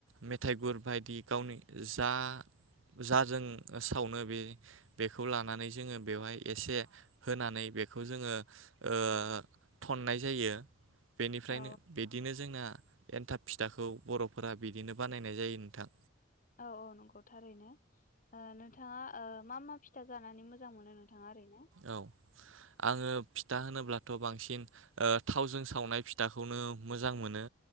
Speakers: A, on the right; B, on the left.
A: मेथाइ गुर बायदि गावनि जा जाजों सावनो बे बेखौ लानानै जोंङो बेवहाय एसे होनानै बेखौ जोंङो ओ थननाय जायो बेनिफ्रायनो
B: औ
A: बिदिनो जोंना एन्थाब फिथाखौ बर'फोरा बिदिनो बानायनाय जायो नोंथां।
B: औ औ नंगौ थारैनो नोंथाङा मा मा फिथा जानानै मोजां मोनो नोंथाङा ओरैनो?
A: औ आंङो फिथा होनोब्लाथ बांसिन ओ थावजों सावनाय फिथाखौनो मोजां मोनो।